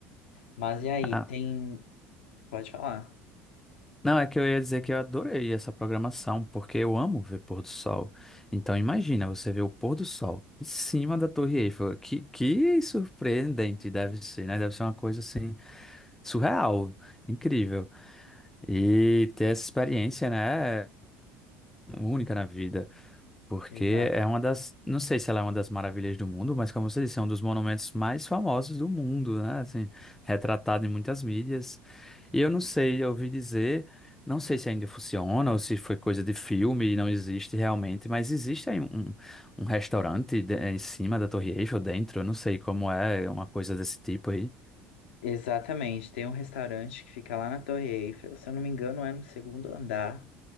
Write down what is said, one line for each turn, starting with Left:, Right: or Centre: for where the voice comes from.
Left: Mas e aí,
Centre: Ah,
Left: tem, pode falar.
Centre: não, é que eu ia dizer que eu adorei essa programação, porque eu amo ver pôr do sol. Então, imagina você ver o pôr do sol em cima da Torre Eiffel. Que, que surpreendente deve ser, né? Deve ser uma coisa, assim, surreal, incrível. E ter essa experiência, né? Única na vida. Porque
Left: Exato.
Centre: é uma das, não sei se ela é uma das maravilhas do mundo, mas como você disse, é um dos monumentos mais famosos do mundo, né? Assim, retratado em muitas mídias. E eu não sei, eu ouvi dizer, não sei se ainda funciona ou se foi coisa de filme e não existe realmente, mas existe aí um, um restaurante de- em cima da Torre Eiffel, dentro, eu não sei como é, uma coisa desse tipo aí.
Left: Exatamente, tem um restaurante que fica lá na Torre Eiffel, se eu não me engano, é no segundo andar.